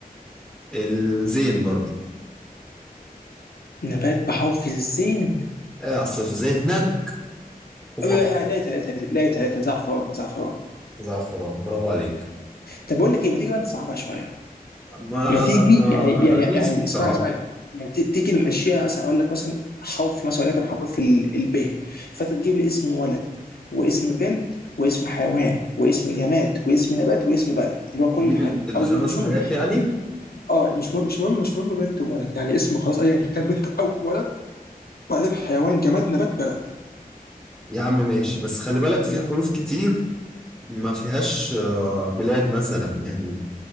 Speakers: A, in the centre; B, on the left.
A: الزين برضه
B: نبات بحرف الزين
A: اعصف ذهنك وفكر
B: آه، لقيتها لقيتها لقيتها لقيتها زعفران زعفران
A: زعفران برافو عليك
B: طب بقول لك ايه ما تيجي بقى نصعبها شويه
A: ما
B: ما تيجي
A: انا
B: يعني يعني يعني
A: ليه صعب
B: اسمعني اسمعني يعني تي- تيجي نمشيها مثلا اقول لك مثلا حرف مثلا وليكن حرف الب فانت تجيب لي اسم ولد واسم بنت واسم حيوان واسم جماد واسم نبات واسم بلد اللي هو كل
A: جيب
B: حاجه
A: ال- الخمس
B: او مش
A: حاجات
B: هم
A: يعني
B: اه مش مهم مش مهم مش مهم بنت وولد يعني اسمه خلاص ايا كان بنت او ولد وبعدين حيوان جماد نبات بلد
A: يا عم ماشي بس خلي بالك في حروف كتير ما فيهاش آه، بلاد مثلا يعني